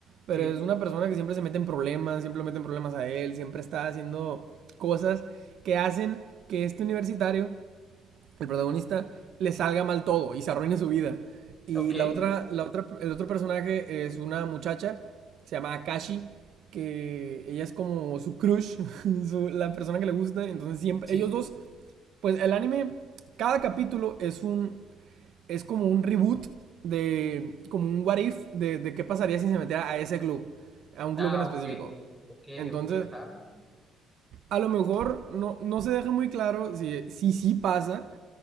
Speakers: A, on the right; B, in the centre.
A: Pero
B: sí.
A: es una persona que siempre se mete en problemas, siempre le meten problemas a él, siempre está haciendo cosas que hacen que este universitario el protagonista le salga mal todo y se arruine su vida. Y
B: Ok,
A: la otra, la otra, el otro personaje es una muchacha, se llama Akashi, que ella es como su crush, <laughs> su- la persona que le gusta. Entonces siempre,
B: sí.
A: ellos dos, pues el anime, cada capítulo es un, es como un reboot de, como un what if de, de qué pasaría si se metiera a ese club, a un
B: Ah,
A: club en específico.
B: ok, ok,
A: Entonces,
B: ok, ajá.
A: a lo mejor no, no se deja muy claro si, sí si sí pasa,